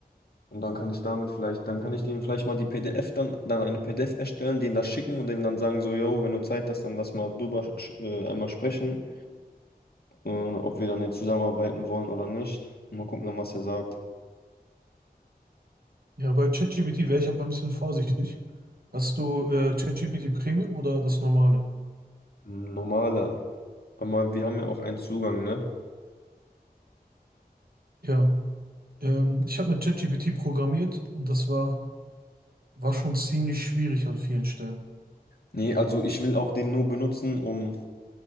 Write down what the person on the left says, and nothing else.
Und dann kann ich damit vielleicht, dann kann ich denen vielleicht mal die PDF dann, dann eine PDF erstellen, denen das schicken und denen dann sagen, so, yo, wenn du Zeit hast, dann lass mal drüber sch- äh, einmal sprechen, äh, ob wir dann jetzt zusammenarbeiten wollen oder nicht. Mal gucken, dann, was er sagt.
Normaler. Aber wir haben ja auch einen Zugang, ne?
Nee, also ich will auch den nur benutzen, um